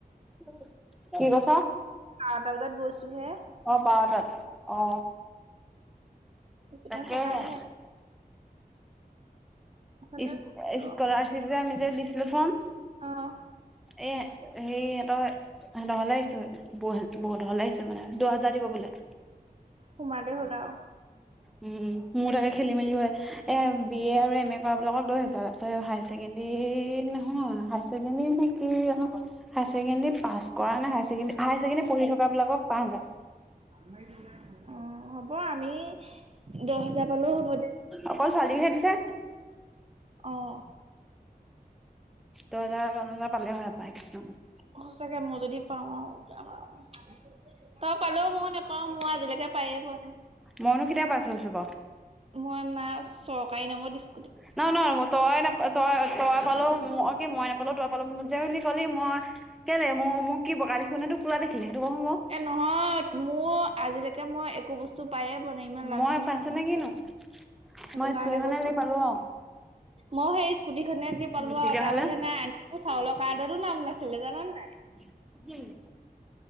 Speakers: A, in the centre; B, on the right.
A: <unintelligible> কি কৈছা?
B: আৰটা বজাত গৈছো হে।
A: অ, বাৰটাত অ,
B: বেছি
A: তাকেহে।
B: টাইম থকাই নাই। নাই
A: ইচ -স্কলাৰশ্বিপ যে আমি যে দিছিলোঁ ফৰ্ম
B: অ',
A: এ সেই ইহঁতৰ হেহঁতৰ ঘৰলে আহিছো বৌ -বৌহতৰ ঘৰলে আহিছো মানে দহ হাজাৰ দিব বোলে।
B: সোমালেই হ'ল আৰু।
A: উম, মোৰ তাকে খেলি মেলি হয় এ বি এ আৰু এম এ কৰা বিলাকক দহ হেজাৰ পিছে হাই ছেকেণ্ডৰী নহয় হাই ছেকেণ্ডৰী নেকি হাই ছেকেণ্ডেৰী পাছ কৰা নাই হাই ছেকেণ্ডৰী হাই ছেকেণ্ডৰী পঢ়ি থকা বিলাকক পাঁচ হাজাৰ
B: <unintelligible> অ, হ'ব আমি দহ হেজাৰ পালেও হ'ব দে।
A: অকল ছোৱালীকহে দিছে
B: অহ',
A: দহ হাজাৰ - দহ হাজাৰ পালে হয় পাই কিছুমান।
B: অ, সঁচাকে ম‌ই যদি দি পাওঁ আৰু <unintelligible> তই পালোওঁ মই নোপাওঁ মোৰ আজিলৈকে পায়ে পোৱা নাই।
A: মইনো কেতিয়া পাইছোঁ এইচব বাওঁ?
B: মই নাই চৰকাৰী নামত দিছ
A: নহয় -নহয় মই তই নাপ তই- তই পালো কি মই নাপালো তই পালো মোক যে বুলি কলি মই কেলে মো মোক কি গালি শুনাটো <unintelligible>
B: এ নহয় মোৰ আজিলৈকে মই একো বস্তু পায়ে পোৱা নাই ইমান লাকখন
A: মই
B: ভাল নহয়।
A: <unintelligible>
B: সেটো
A: মই
B: কাৰণে
A: স্কুটিখনে
B: কৈছো
A: যি পালো
B: অ।
A: আৰু
B: মই সেই স্কুটিখনে যি পালো
A: উম
B: আৰু
A: তেতিয়াহ'লে
B: তাৰ বাহিৰে নাই আনকি মো চাউলৰ কাৰ্ডৰো নাম নাছিলে জানা নে নাই
A: <unintelligible>